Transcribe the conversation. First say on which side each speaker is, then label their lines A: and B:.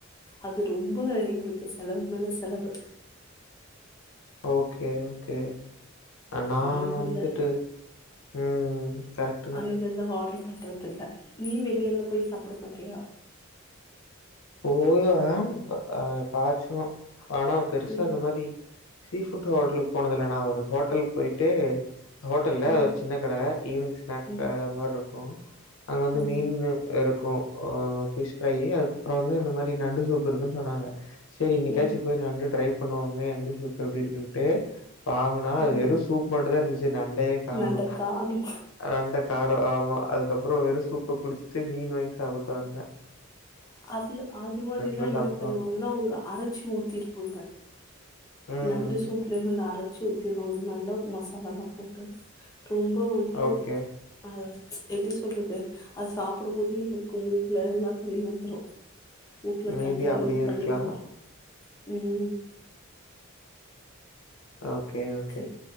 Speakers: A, on the left; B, on the left.
A: அது ரொம்ப எங்களுக்கு செலவு மேல செலவு
B: ஓகே ஓகே நா
A: சோ அன்னைக்கு
B: வந்துட்டு
A: அந்த
B: ம் ம் கரெக்ட்
A: அன்னில இருந்து ஆர்டரு பண்றது இல்ல நீ வெளில எல்லா போய் சாப்ட மாட்டியா
B: போவே அ எப்பயாச்சு ஆனா பெருசா
A: ம்
B: இந்த மாரி சீ ஃபுட் ஹோட்டலுக்கு போனது இல்ல நா ஒரு ஹோட்டலுக்கு போயிட்டு ஹோட்டல்ல
A: ம்
B: ஒரு சின்ன கட ஈவ்னிங் ஸ்நாக்
A: ம்
B: மார் இருக்கு அங்க வந்து
A: ம்
B: மீன்னு இருக்கு ஃபிஷ் ஃப்ரையு அதுக்கப்றோ வந்து இந்த மாரி நண்டு சூப் இருக்குன் சொன்னாங்க சேரி இன்னைக்காச்சி
A: ம்
B: போய் நண்டு ட்ரை பண்ணுவோமே நண்டு சூப் எப்டி இருக்குன்ட்டு வாங்கனா
A: ம்
B: வெறுசூப் மட்டுதா இருந்துச்சி நண்டையே கானோ
A: நான்தா காணோ
B: நண்ட கானோ ஆமா அதுக்கப்புறோ வெறு சூப்ப குடிச்சிட்டு மீன் வாங்கி சாப்புட்டு வந்தே
A: அதுல அது மாரி எல்லா
B: போய்
A: என்ன
B: சாப்ட்டு
A: பண்ணுவாங்கன்னா
B: பாக்கணு
A: அவுங்க அரச்சி ஊத்திருப்பாங்க
B: ம்
A: நண்டு சூப்புல வந்து அரச்சி ஊத்திடுவாங்க நல்லா மசாலால்லா போட்டு ரொம்ப வந்து
B: ஓகே
A: அ எப்டி சொல்றது அது சாப்டும் போதோ எங்களுக்கு மூக்குல எல்லா தண்ணி வந்துரு மூக்ல
B: மேபி
A: கண்ல
B: அப்டியே
A: எல்லா தண்ணியூ
B: இருக்கலா
A: வந்துரு ம்
B: ஓகே ஒ
A: சேர்